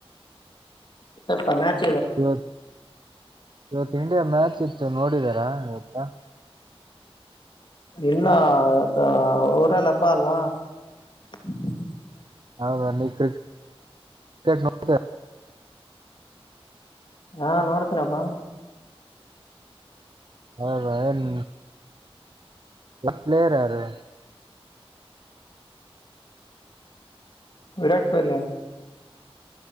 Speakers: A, on the left; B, on the right.
A: <unintelligible>
B: ಇವತ್ ಇವತ್ ಇಂಡಿಯಾ ಮ್ಯಾಚ್ ಇತ್ತು ನೋಡಿದಾರಾ ಇವತ್ತ.
A: ಇನ್ನ ಅದ್ ಅವ್ರಲಪಾ <unintelligible>
B: ಹೌದ ನೀ ಕ್ರಿಕೆಟ್ ನೋಡ್ತೀಯ
A: ಹಾ ನೋಡ್ತಿನಪ್ಪಾ
B: ಹೌದಾ ಏನ್ ಪ್ಲೇಯರ್ ಯಾರು.
A: ವಿರಾಟ್ ಕೊಹ್ಲಿ.